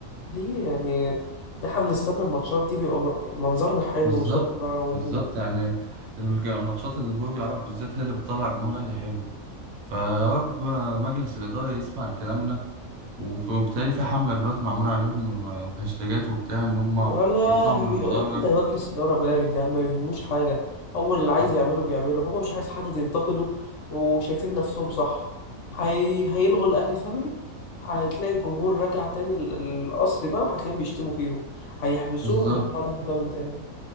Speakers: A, on the left; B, on the right.
A: دي يعني ده احنا بنستنى الماتشات دي بيبقى م- يعني منظرنا حلو
B: بالظبط
A: وصوتنا وجو
B: بالظبط يعني الج- الماتشات اللي برج العرب بالذات هي اللي بتطلع جمهور الاهلي حلو فيا رب مجلس الاداره يسمع لكلامنا وف- وبالتالي في حمله دلوقتي معموله عليهم وهاشتاجات وبتاع ان هم
A: ولا
B: يطلعوا من
A: بي-
B: المدرج
A: يا عم ده مجلس إدارة بارد يا عم ما يهموش حاجة أول
B: بز-
A: اللي عايز يعمله بيعمله هما مش عايز حد ينتقده وشايفين نفسهم صح هي... هيلغوا الأهلي فاميلي هتلاقي الجمهور راجع تاني ال- الأصلي بقى وهتلاقيهم بيشتموا فيهم هيحبسوهم
B: بالظبط
A: هيرجعوا الأهلي فاميلي تاني